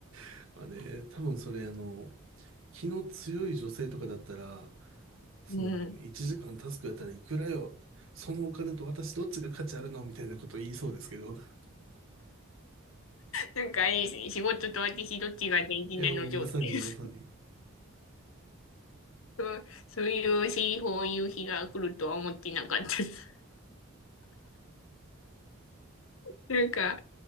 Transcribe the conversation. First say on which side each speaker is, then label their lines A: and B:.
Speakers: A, on the right; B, on the left.
A: <laughs> まあね、多分それあの、気の強い女性とかだったら、その1時間タスクやったらいくらよ、
B: <laughs> うん。
A: そのお金と私どっちが価値あるのみたいなこと言いそうですけど、<laughs>
B: なんかあれですね、仕事と私どっちが大事なの状態です。
A: いやもうまさにまさに。
B: そうそういう日、そういう日が来るとは思ってなかったです。<laughs> なんか、